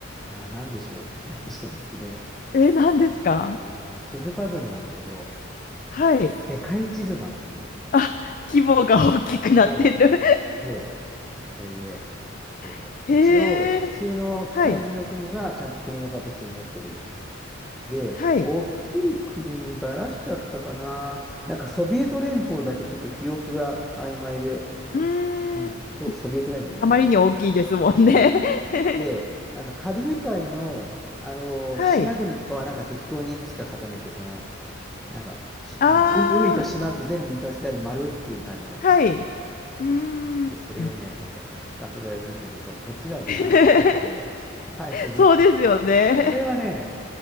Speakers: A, in the centre; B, on the left.
A: さあ、なんでしょうって話なんですけど、
B: え、何ですか
A: えっとね、地図パズルなんだけど、
B: はい。
A: 世界地図なの、これが。
B: あ、規模が大きくなってる。
A: そう、そそれで、えっと、
B: <laughs> へえ、
A: 一応、普通のサイズの国はちゃんと国の形になってる。
B: はい。
A: で、
B: はい。
A: 大きい国、バラシだったかな。なんかソビエト連邦だけちょっと記憶が曖昧で、
B: うーん。
A: うん、と、ソビエト連邦ね、
B: あまりに大きいですもんね。
A: 今だね。そ
B: <laughs>
A: うで、なんかカリブ海の、あのー島国とかはなんか適当にいくつか固めて、
B: はい。
A: この、なんか、しなんか海海と島津全部にさせてある丸っていう感じの。
B: ああ、はい。うーん。
A: で、それをね、またね、<laughs> ひたすらやるんだけど、こっちでは時間かかって、
B: <laughs>
A: 最初ずっと、
B: そうですよね。
A: これはね、